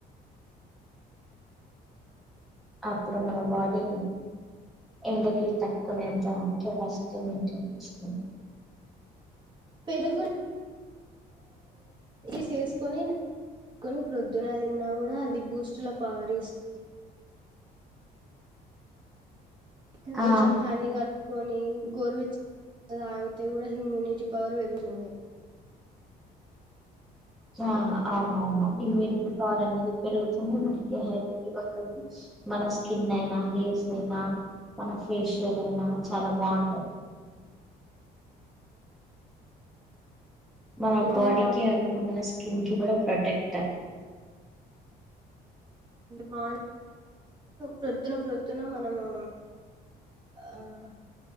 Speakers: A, in the centre; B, on the right.
A: అప్పుడు మన బాడీని ఎండకి తట్టుకునే అంత కెపాసిటీ మెయింటైన్ చేస్తుంది
B: పెరుగు ఈసేసుకొనికని ప్రొద్దున తిన్నా కూడా అది బూస్టుల పవర్స్తుంది ఇ
A: ఆ
B: కొంచెం హాని కలుపుకొని గోరువెచ్చ తాగితే కూడా ఇమ్యూనిటీ పవర్ పెరుగుతుంది
A: ఆ అవునవునా ఇమ్యూనిటీ పవర్ అనేది పెరుగుతూనే మనకి హైడ్రేటివ్ ఉంటుంది మన స్కిన్ అయినా హెయిర్స్ అయినా మన ఫేషియల్ అయినా చాలా బాగుంటది మన
B: మార్నింగ్
A: బాడీకి మన స్కిన్కి కూడా ప్రటెక్ట్
B: మా ప్రొద్దున ప్రొద్దున మనము ఆడి